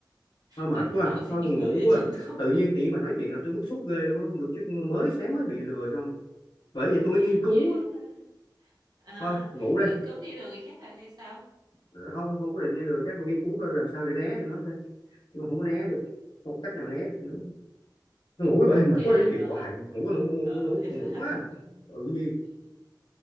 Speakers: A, on the left (about 75°); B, on the right (about 55°).
A: thôi mệt
B: tôi thấy
A: quá
B: tội với
A: thôi buồn
B: cái người
A: ngủ
B: ở
A: quá
B: trên núi
A: tự nhiên tiện bà nói chuyện làm tôi bức xúc ghê luôn á được chứ mới sáng mới bị lừa xong bởi vì tôi mới nghiên
B: <laughs>
A: cứu
B: yeah
A: đó
B: À,
A: thôi ngủ đây
B: nghiên cứu đi lừa người khác rồi hay sao?
A: Ờ, không không có định đi lừa các con nghiên cứu coi làm sao để né tụi nó thôi nhưng mà không có né được không có cách nào né được nó ngủ
B: Ok
A: vậy mệt quá nói chuyện
B: rồi.
A: hoài ngủ ngủ
B: <laughs>
A: ngủ
B: Ừ,
A: ngủ, ngủ,
B: bye
A: ngủ
B: bye.
A: quá tự nhiên
B: Ừ.